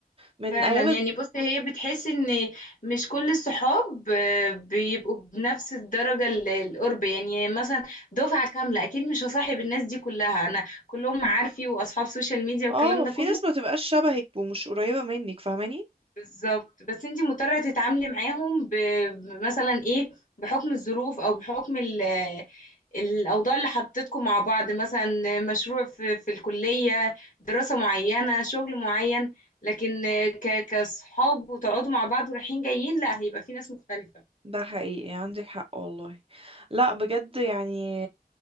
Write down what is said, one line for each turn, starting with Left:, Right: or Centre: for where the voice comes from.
Right: من
Left: فعلا
Right: ايام
Left: يعني
Right: ال-
Left: بص هي بتحس ان مش كل الصحاب آه، بيبقوا بنفس الدرجة ال- القرب يعني مثلا دفعة كاملة اكيد مش هصاحب الناس دي كلها انا كلهم معارفي واصحاب سوشيال ميديا والكلام
Right: اه
Left: ده
Right: في
Left: كله
Right: ناس ما تبقاش شبهك ومش قريبة منك فاهماني
Left: بالظبط بس انت مضطرة تتعاملي معاهم ب... ب- مثلا ايه بحكم الظروف او بحكم ال... الاوضاع اللي حطيتكم مع بعض مثلا مشروع في, في الكلية دراسة معينة شغل معين لكن ك... كصحاب وتقعدوا مع بعض ورايحين جايين لا هيبقى في ناس مختلفة
Right: ده حقيقي عندك حق والله لا بجد يعني